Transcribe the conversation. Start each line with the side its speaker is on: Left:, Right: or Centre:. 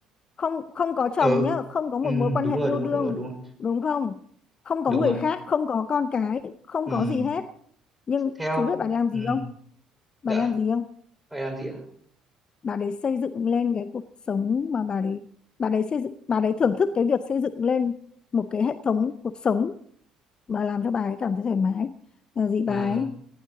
Left: không không có chồng
Centre: ừ
Left: nhá không có một
Centre: ừm,
Left: mối quan
Centre: đúng
Left: hệ
Centre: rồi
Left: yêu
Centre: đúng rồi
Left: đương
Centre: đúng rồi đúng rồi
Left: đúng không không có
Centre: đúng
Left: người
Centre: rồi
Left: khác không có con cái không
Centre: Ừm,
Left: có gì hết nhưng
Centre: theo
Left: chú biết bà làm gì
Centre: ừm,
Left: không bà
Centre: đã
Left: làm gì không
Centre: phải làm gì ạ
Left: bà đấy xây dựng lên cái cuộc sống mà bà đấy bà đấy xây dựng bà đấy thưởng thức cái việc xây dựng lên một cái hệ thống cuộc sống mà làm cho bà ấy cảm thấy thoải mái là gì bà
Centre: à,
Left: ấy